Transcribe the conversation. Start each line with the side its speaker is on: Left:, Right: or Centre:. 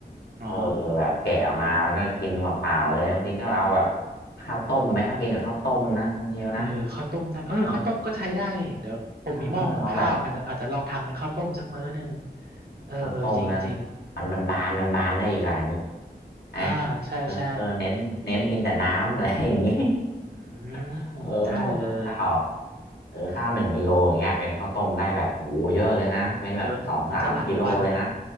Right: อ๋อ
Left: เออแบบแกะออกมาแล้วก็กินเปล่าๆเลยบางทีก็เอาแบบข้าวต้มไหมข้าวกินกับข้าวต้มนะคุณชิวนะ
Right: เออข้าวต้มได้เออข้าวต้มก็ใช้ได้นี่เดี๋ยวผมมีหม้อหุงข้าวอาจจะอาจจะลองทำเป็นข้าวต้มสักมื้อหนึ่ง
Left: เออเออเราแบบ
Right: เออเออจริงจริง
Left: ข้าวต้มนะมันมันบานมันบานได้อีกหลายมื้อนะ
Right: อ่าใช่ใช่
Left: เออเออเน้นเน้นกินแต่น้ำ <laughs> อะไรอย่างงี้
Right: อืม
Left: <laughs> เออ
Right: ได้เลย
Left: ข้าวเออข้าวหนึ่งกิโลอย่างเงี้ยเป็นข้าวต้มได้แบบโหเยอะเลยนะเป็นแบบสองสามกิโลเลยนะ
Right: เยอะน่าจะหลายวัน